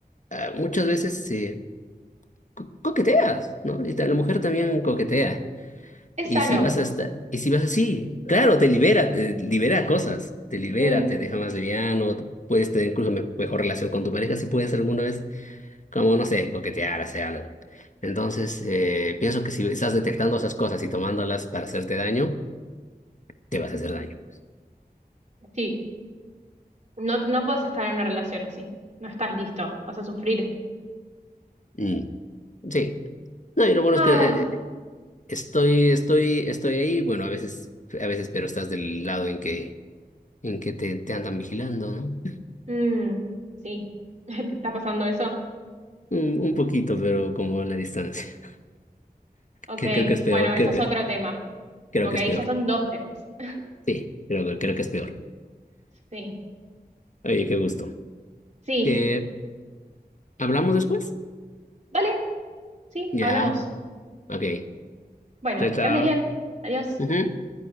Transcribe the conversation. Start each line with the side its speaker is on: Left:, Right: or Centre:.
Left: ah, muchas veces se co- coqueteas, ¿no? Y ta- la mujer también coquetea.
Right: Es
Left: Y
Right: sano.
Left: si vas a estar y si vas así, claro, te libera, te libera cosas, te libera,
Right: Mm,
Left: te deja más liviano, puedes tener incluso me- mejor relación con tu pareja si puedes alguna vez como, no sé, coquetear, hacer algo. Entonces, eh, pienso que si estás detectando esas cosas y tomándolas para hacerte daño, te vas a hacer daño, pues.
Right: sí. No, no puedes estar en una relación así. No estás listo. Vas a sufrir.
Left: Mm, Sí. No, y lo bueno
Right: Ah,
Left: es que eh, eh, estoy, estoy, estoy ahí, bueno, a veces, a veces, pero estás del lado en que, en que te, te andan vigilando, ¿no?
Right: mm, sí. <laughs> ¿Te está pasando eso?
Left: Un, un poquito, pero como a la distancia. <laughs>
Right: Ok.
Left: Que creo que es peor,
Right: Bueno, eso
Left: creo
Right: es
Left: que,
Right: otro tema.
Left: creo
Right: Como
Left: que
Right: que
Left: es
Right: ahí
Left: peor.
Right: ya son dos temas. <laughs>
Left: Sí, creo, que- creo que es peor.
Right: Sí.
Left: Oye, qué gusto.
Right: Sí.
Left: Eh, ¿hablamos después?
Right: Vale. Sí,
Left: Ya,
Right: hablamos.
Left: ok.
Right: Bueno,
Left: Chao, chao.
Right: que andes bien. Adiós.
Left: Ujú.